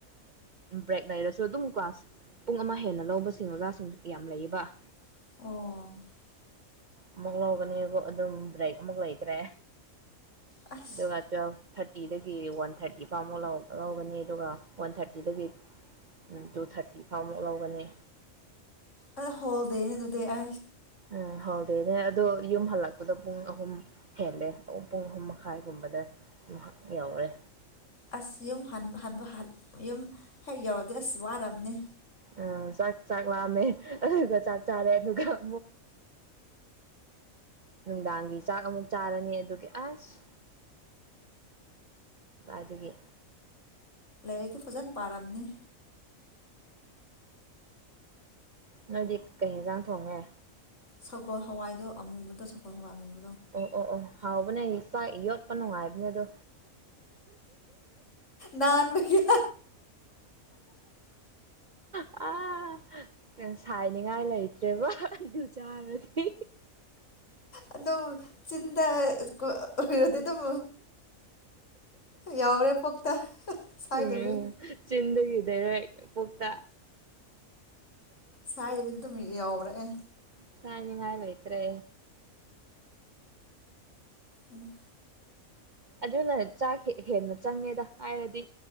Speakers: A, on the right (about 45°); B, on the left (about 60°).
A: ꯕ꯭ꯔꯦꯛ ꯂꯩꯔꯁꯨ ꯑꯗꯨꯝ ꯀ꯭ꯂꯥꯁ ꯄꯨꯡ ꯑꯃ ꯍꯦꯟꯅ ꯂꯧꯕꯁꯤꯡ ꯑꯣꯖꯥꯁꯤꯡ ꯌꯥꯝ ꯂꯩꯌꯦꯕ
B: ꯑꯣ
A: ꯑꯃꯨꯛ ꯂꯧꯒꯅꯤ ꯑꯗꯨꯝ ꯕ꯭ꯔꯦꯛ ꯑꯃꯨꯛ ꯂꯩꯇ꯭ꯔꯦ
B: ꯑꯁ
A: ꯑꯗꯨꯒ ꯇ꯭ꯋꯦꯜꯐ ꯊꯥꯔꯇꯤꯗꯒꯤ ꯋꯥꯟ ꯊꯥꯔꯇꯤ ꯐꯥꯎꯃꯨꯛ ꯂꯧꯒꯅꯤ ꯑꯗꯨꯒ ꯋꯥꯟ ꯊꯥꯔꯇꯤꯗꯒꯤ ꯇꯨ ꯊꯥꯔꯇꯤ ꯐꯥꯎꯃꯨꯛ ꯂꯧꯒꯅꯤ
B: ꯑ ꯍꯣꯜꯗꯅꯦ ꯑꯗꯨꯗꯤ ꯑ
A: ꯎ ꯍꯔꯦꯅꯦ ꯑꯗꯣ ꯌꯨꯝ ꯍꯜꯂꯛꯄꯗ ꯄꯨꯡ ꯑꯍꯨꯝ ꯍꯦꯜꯂꯦ ꯄꯨꯡ ꯑꯍꯨꯝ ꯃꯈꯥꯏꯒꯨꯝꯕꯗ ꯌꯧꯔꯦ
B: ꯑꯁ ꯌꯨꯝ ꯍꯟꯕ ꯌꯨꯝ ꯍꯦꯛ ꯌꯧꯔꯗꯤ ꯑꯁ ꯋꯥꯔꯕꯅꯤ
A: ꯑ ꯆꯥꯛ ꯆꯥꯛ ꯋꯥꯝꯃꯦ ꯑꯗꯨꯒ ꯆꯥꯛ ꯆꯥꯔꯦ ꯑꯗꯨꯒꯨꯛ ꯅꯨꯡꯗꯥꯡꯒꯤ ꯆꯥꯛ ꯑꯃꯨꯛ ꯆꯥꯔꯅꯤ ꯑꯗꯨꯒꯤ ꯑꯁ ꯑꯗꯨꯒꯤ
B: ꯂꯥꯏꯔꯤꯛꯇꯤ ꯐꯖꯅ ꯄꯥꯔꯝꯅꯤ
A: ꯅꯣꯏꯗꯤ ꯀꯩ ꯌꯦꯟꯁꯥꯡ ꯊꯣꯡꯉꯦ
B: ꯁꯒꯣꯜ ꯍꯋꯥꯏꯗꯣ ꯑꯃꯨꯕꯗꯣ ꯁꯒꯣꯜ ꯍꯋꯥꯏ ꯑꯃꯨꯕ
A: ꯑꯣ ꯑꯣ ꯑꯣ ꯍꯥꯎꯕꯅꯦ ꯆꯥꯛ ꯌꯣꯠꯄ ꯅꯨꯡꯉꯥꯏꯕꯅꯦ ꯑꯗꯣ
B: ꯅꯥꯟꯕꯒꯤ
A: ꯑ ꯁꯥꯏꯅꯤꯡꯉꯥꯏ ꯂꯩꯇ꯭ꯔꯦꯕ ꯑꯗꯨ ꯆꯥꯔꯗꯤ
B: ꯑꯗꯣ ꯆꯤꯟ ꯎꯔꯣꯗꯤ ꯑꯗꯨꯝ ꯌꯥꯎꯔꯦ ꯄꯣꯛꯇ ꯁꯥꯏꯗꯕꯤ
A: ꯎꯝ ꯆꯤꯟꯗꯒꯤ ꯗꯥꯏꯔꯦꯛ ꯄꯨꯛꯇ
B: ꯁꯥꯏꯗꯕꯤꯗ ꯑꯗꯨꯝ ꯌꯥꯎꯔꯛꯑꯦ
A: ꯆꯥꯏꯅꯤ ꯉꯥꯏ ꯂꯩꯦ ꯠꯇ꯭ꯔꯦ
B: ꯎꯝ
A: ꯑ ꯑꯗꯨꯅ ꯆꯥꯛ ꯍꯦ ꯆꯪꯉꯦꯗ ꯍꯥꯏꯔꯗꯤ